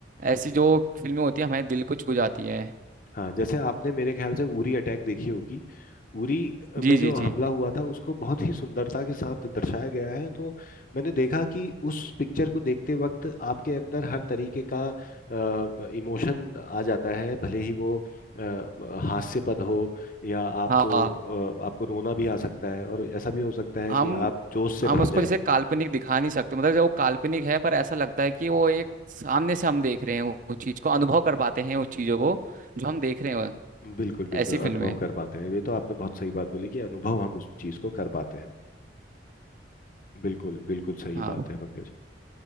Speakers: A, on the right; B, on the left.
A: ऐसी जो फिल्में होती है हमारे दिल को छू जाती है
B: हाँ जैसे आपने मेरे ख्याल से उरी अटैक देखी होगी उरी में
A: जी
B: जो
A: जी
B: हमला
A: जी
B: हुआ था उसको बहुत ही सुंदरता के साथ दर्शाया गया है तो मैंने देखा कि उस पिक्चर को देखते वक्त आपके अंदर हर तरीके का इमोशन आ जाता है भले ही वो अ, हास्यपद हो या आपको
A: हाँ हाँ।
B: अ, आपको रोना भी आ सकता है और ऐसा भी हो सकता है
A: हम
B: कि आप जोश से
A: हम
B: भर
A: उसको
B: जाएं
A: जैसे काल्पनिक दिखा नहीं सकते मतलब जब वो काल्पनिक है पर ऐसा लगता है कि वो एक सामने से हम देख रहे हैं वो चीज को अनुभव कर पाते हैं उस चीजों को जो हम देख रहे हैं वो-
B: बिल्कुल बिल्कुल
A: ऐसी
B: अनुभव
A: फिल्में
B: कर पाते हैं ये तो आपने बहुत सही बात बोली कि अनुभव हम उस चीज को कर पाते हैं बिल्कुल बिल्कुल सही
A: हाँ
B: बात है पंकज